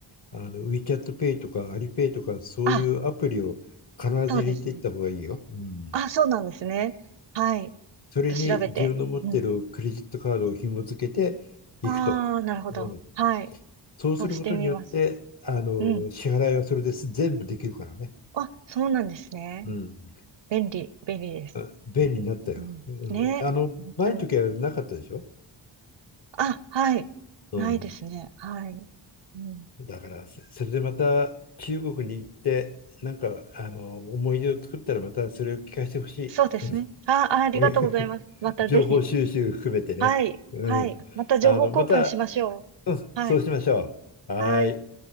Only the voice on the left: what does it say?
あの WeChat Pay とか Alipay とかそういうアプリを必ず入れていった方がいいよ。
うん
それに自分の持っているクレジットカードを紐付けていくと。
うん。
そうすることによって、
あの、
支払いはそれです。全部できるからね。
うん。
あ便利になったよ。
うん、
あの、
前の時はなかったでしょ
うん。
だから、そそれでまた中国に行って、なんか、あの、思い出を作ったらまたそれを聞かせてほしい。
うん
<laughs>
情報収集含めてね。
うん。
あの、また、
そうしましょう。はい。